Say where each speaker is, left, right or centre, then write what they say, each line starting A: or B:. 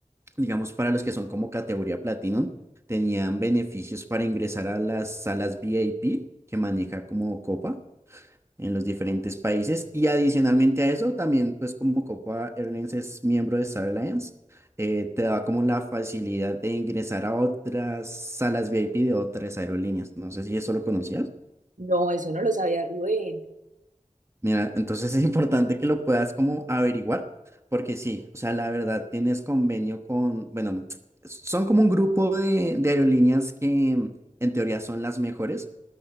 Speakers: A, on the right (about 20°); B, on the right (about 80°).
A: digamos, para los que son como categoría Platinum, tenían beneficios para ingresar a las salas VIP que maneja como Copa en los diferentes países. Y adicionalmente a eso, también pues como Copa Airlines es miembro de Star Alliance, eh, te da como la facilidad de ingresar a otras salas VIP de otras aerolíneas. No sé si eso lo conocías.
B: No, eso no lo sabía Rubén.
A: Mira, entonces <laughs> es importante que lo puedas como averiguar, porque sí, o sea, la verdad tienes convenio con, bueno, son como un grupo de, de aerolíneas que en teoría son las mejores.